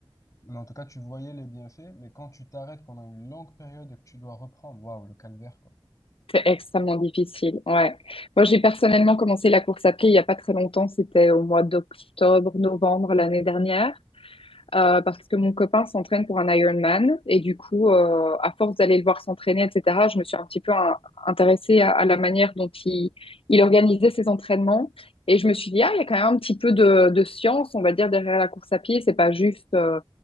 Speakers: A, on the left; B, on the left.
A: mais en tout cas, tu voyais les bienfaits. Mais quand tu t'arrêtes pendant une longue période et que tu dois reprendre, waouh, le calvaire, quoi.
B: C'est extrêmement difficile. Ouais. Moi, j'ai personnellement commencé la course à pied il n'y a pas très longtemps. C'était au mois d'octobre, novembre l'année dernière. euh, parce que mon copain s'entraîne pour un Ironman et du coup, euh, à force d'aller le voir s'entraîner, etc., je me suis un petit peu hein, intéressée à, à la manière dont il, il organisait ses entraînements et je me suis dit, ah, il y a quand même un petit peu de, de science, on va dire, derrière la course à pied, c'est pas juste euh,